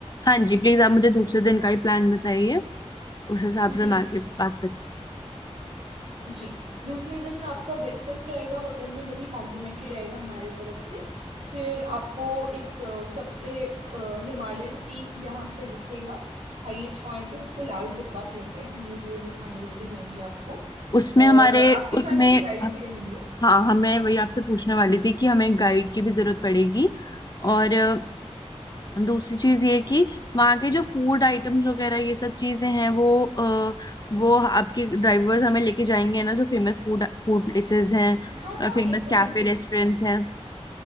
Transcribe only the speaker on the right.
जी
जी दूसरे दिन आपका ब्रेकफास्ट रहेगा होटल में जो कि कॉम्प्लीमेंट्री रहेगा हमारे तरफ से फिर आपको एक अ, सबसे हिमालयन पीक जहाँ पे दिखेगा हाईएस्ट पॉइंट पे उसको लाल टिब्बा कहते हैं हम लोग वो दिखाने लेके जाएंगे आपको
और
आपके
साथ एक गाइड भी रहेंगे
हाँ हाँ
एकदम
एकदम